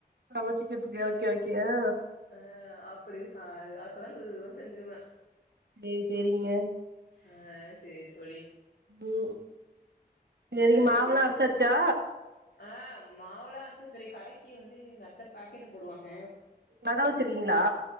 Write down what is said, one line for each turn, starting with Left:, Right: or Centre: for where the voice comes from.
Right: சமைச்சிகற்த்துக்கு ஓகே ஓகே அ
Left: அ அப்படி <unintelligible> அப்பதா <unintelligible> செஞ்சுருவே
Right: சேரி சேரிங்க
Left: ஆ சேரி தோழி
Right: ம் சரி
Left: அது
Right: மாவுலா
Left: எப்டி
Right: அரைச்சாச்சா
Left: ஆ மாவுலா அரைச்சாச்சு ஆனா கடைக்கி வந்து எங்கத்த பாக்கெட்டு போடுவாங்க
Right: கட வச்சிருக்கிங்களா